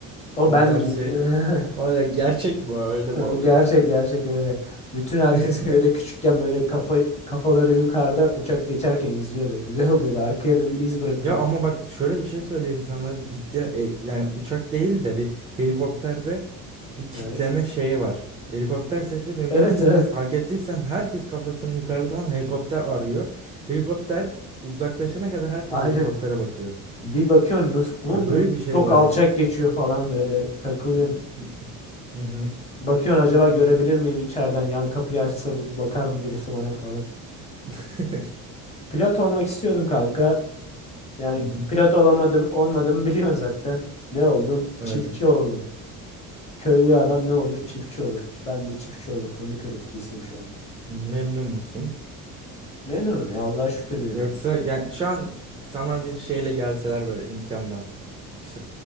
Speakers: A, on the left; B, on the right.
A: O
B: O
A: bendim.
B: tarz şey.
A: <laughs>
B: <laughs> O da gerçek mi? Öyle
A: Ha,
B: mi oluyor?
A: Gerçek gerçek öyle. Bütün herkes
B: <laughs>
A: köyde küçükken böyle kafa kafaları yukarıda uçak geçerken izliyordu. Güzel oluyordu. Arkaya da bir iz bırakıyordu.
B: Ya ama bak şöyle bir şey söyleyeyim sana ciddi e, yani uçak değil de bir helikopterde bir kitleme
A: Evet.
B: şeyi var. Helikopter sesi duydun
A: Evet
B: mu?
A: evet.
B: Fark ettiysen herkes kafasını yukarıda tam helikopter arıyor. Helikopter uzaklaşana kadar herkes
A: Aynen.
B: helikoptere bakıyor.
A: Bir bakıyorsun onun
B: Ya böyle
A: yön-
B: bir şey
A: çok
B: var
A: alçak
B: yani.
A: geçiyor falan böyle takılıyorsun.
B: <clears throat> Hı hı.
A: Bakıyorsun acaba görebilir miyim içeriden yan kapıyı açsa bakar mı birisi bana falan.
B: <laughs>
A: Pilot olmak istiyordum kanka. Yani
B: Hı hı.
A: pilot olamadım olmadım biliyorsun zaten. Ne oldum?
B: Evet.
A: Çiftçi oldum. Köylü adam ne olur? Çiftçi olur. Ben de çiftçi oldum. Fındık üreticisiyim şu anda.
B: Memnun musun?
A: Memnunum ya. Allah'a şükür diyorum.
B: Yoksa
A: ya.
B: yani şu an sana bir şeyle gelseler böyle imkanla. İşte